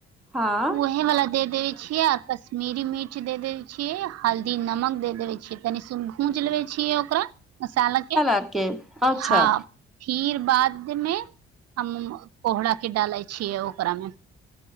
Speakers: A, in the centre; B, on the right (about 55°).
A: हँ
B: ओही वला दे दे छीये आर कश्मीरी मिर्च दे देवे छीये हल्दी नमक देवे छीये तनिस भूंज लेवे छीे छिय ओकरा मसाला के
A: आरके अच्छा
B: हँ फिर बाद मे हम पोहरा के डाले छियै ओकरा मे